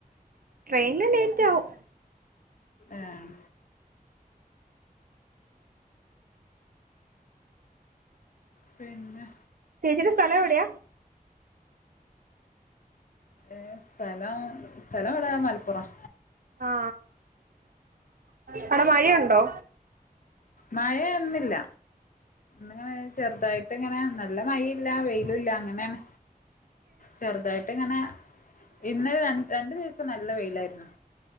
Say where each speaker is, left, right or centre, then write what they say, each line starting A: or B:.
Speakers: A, on the right; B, on the left.
A: ട്രെയിന് അലെ ആവും
B: ആഹ് പിന്നെ
A: ചേച്ചിടെ സ്ഥലം എവിടെയാ
B: ഏഹ് സ്ഥലം സ്ഥലം എവിടാ മലപ്പുറം
A: ആ അവിടെ മഴയുണ്ടോ?
B: മഴ ഇന്നില്ല ങ്ങനെ ചെറുതായിട്ട് ഇങ്ങനെ നല്ല മഴ ഇല്ല വെയിലും ഇല്ല അങ്ങനെയാണ് ചെറുതായിട്ട് ഇങ്ങനെ ഇന്ന് രണ്ടു ദിവസം നല്ല വെയിലായിരുന്നു